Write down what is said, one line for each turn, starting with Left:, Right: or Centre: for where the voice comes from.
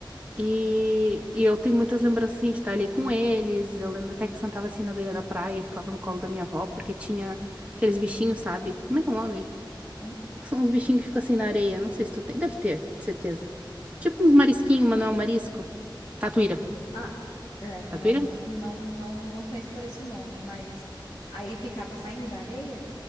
Right: E, e eu tenho muitas lembranças assim, de estar ali com eles. Eu lembro até que eu sentava assim na beira da praia, ficava no colo da minha avó, porque tinha aqueles bichinhos, sabe? Como é que é o nome?
Left: hum.
Right: Que são uns bichinhos que ficam assim na areia. Não sei se tu tem. Deve ter, de certeza. Tipo uns marisquinhos, mas não é um marisco. Tatuíra.
Left: Ah, é, eu
Right: Tatuíra?
Left: não, não, não, não conheço por esse nome, mas aí ficava saindo da areia?